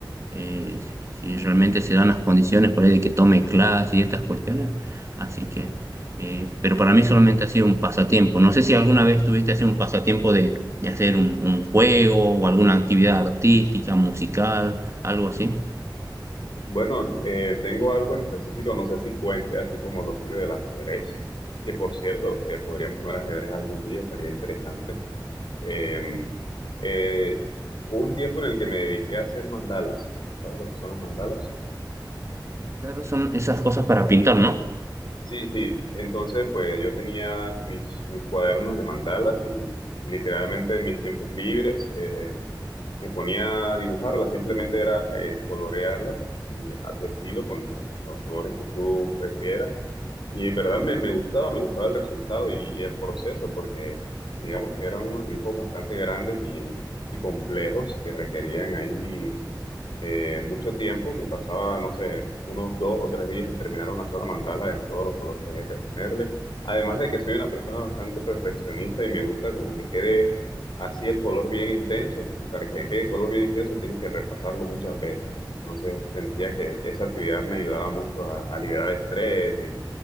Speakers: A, on the right (about 35°); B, on the left (about 70°).
A: eh, si realmente se dan las condiciones por ahí de que tome clases y estas cuestiones. Así que, eh, pero para mí solamente ha sido un pasatiempo. No sé si alguna vez tuviste así un pasatiempo de, de hacer un, un juego o alguna actividad artística, musical, algo así.
B: Bueno, eh, tengo algo en específico, no sé si cuente así como lo tuyo del ajedrez, que por cierto, eh, podríamos jugar ajedrez algún día, estaría interesante. Eh, eh, hubo un tiempo en el que me dediqué a hacer mandalas. ¿Sabes lo que son las mandalas?
A: Claro, son esas cosas para pintar, ¿no?
B: Sí, sí. Entonces, pues yo tenía mis, mis cuadernos de mandalas y literalmente en mis tiempos libres. eh, me ponía a dibujarlas, simplemente era eh, colorearlas y a tu estilo, con los, con los colores que tú prefieras. Y en verdad me, me gustaba, me gustaba el resultado y, y el proceso, porque digamos que eran unos dibujos bastante grandes y, y complejos que requerían ahí eh, mucho tiempo, me pasaba, no sé, unos dos o tres días en terminar una sola mandala de todos los colores que había que ponerle. Además de que soy una persona bastante perfeccionista y me gusta como que quede así el color bien intenso, y para que quede color bien intenso tienes que repasarlo muchas veces. Entonces sentía que esa actividad me ayudaba mucho a, a liberar estrés y,